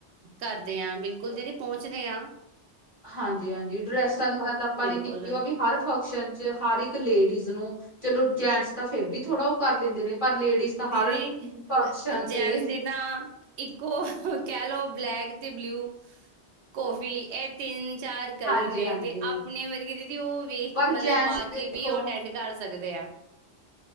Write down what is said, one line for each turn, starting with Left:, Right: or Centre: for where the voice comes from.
Right: ਕਰਦੇ ਹਾਂ ਬਿਲਕੁਲ ਦੀਦੀ ਪਹੁੰਚਦੇ ਹਾਂ।
Left: ਹਾਂਜੀ- ਹਾਂਜੀ ਡਰੈਸਾਂ ਦੀ ਗੱਲ ਆਪਾਂ
Right: ਬਿਲਕੁਲ
Left: ਨੇ ਕੀਤੀ ਉਹ ਵੀ ਹਰ ਫੰਕਸ਼ਨ ਚ ਹਰ ਇੱਕ ਲੇਡੀਜ਼ ਨੂੰ ਚਲੋ ਜੈਂਟਸ ਤਾਂ ਫੇਰ ਵੀ ਥੋੜਾ ਉਹ ਕਰ ਲੈਂਦੇ ਨੇ। ਪਰ ਲੇਡੀਜ਼ ਤਾਂ ਹਰ
Right: ਦੀਦੀ
Left: ਫੰਕਸ਼ਨ
Right: ਜੈਂਟਸ
Left: ਤੇ
Right: ਦੀ ਤਾਂ ਇੱਕੋ ਕਹਿ ਲੋ ਬਲੈਕ ਤੇ ਬਲਿਉ, ਕੋਫੀ ਇਹ ਤਿੰਨ- ਚਾਰ ਕਲਰ
Left: ਹਾਂਜੀ-ਹਾਂਜੀ
Right: ਨੇਂ ਤੇ ਆਪਣੇ ਵਰਗੇ ਦੀਦੀ ਉਹ ਪਿੱਕ
Left: ਪਰ
Right: ਮਤਲਬ
Left: ਜੈਂਟਸ
Right: ਪਾ
Left: ਦੇਖੋ
Right: ਕੇ ਵੀ ਉਹ ਅਟੈਂਡ ਕਰ ਸਕਦੇ ਆ।